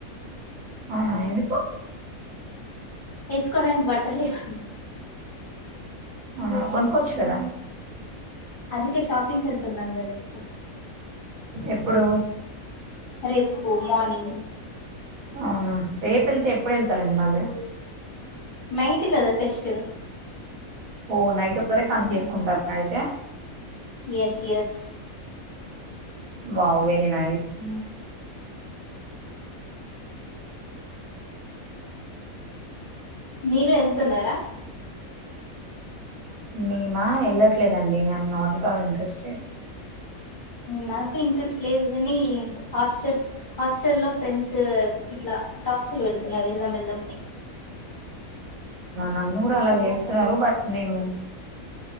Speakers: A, on the right; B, on the left.
A: అవునా ఎందుకు
B: వేసుకోడానికి బట్టలు లేవండి
A: నాకు కొనుక్కోవచ్చు కదా
B: అందుకే షాపింగ్ కళ్తును నన్ గదరి
A: ఎప్పుడు
B: రేపు మార్నింగ్ <inaudible>
A: అవునా రేపు వెళ్తే ఎప్పుడు వెళ్తారండి మళ్ళు
B: మైట్ కదా ఫెస్ట్
A: ఓ నైట్ వర కని చేసుకుంటారుా అయితే
B: ఎస్ ఎస్
A: వో వెరనాయిస్
B: మీరు వెళ్తున్నారా
A: మేమా వెళ్ళట్లేదండి మ్ నాట్ ఇట్ ఆల్ ఇంట్రెస్టెడ్
B: నాకు ఇంట్రెస్ట్ లేదు కాని హాస్టల్ హాస్ట లో ఫ్రెండ్స్ ఇట్లా టార్చర్ పెడుతున్నారు వెళ్దాం వెళ్దాంని
A: నన్న కూడా అలా చేస్తున్నారు బట్ నేను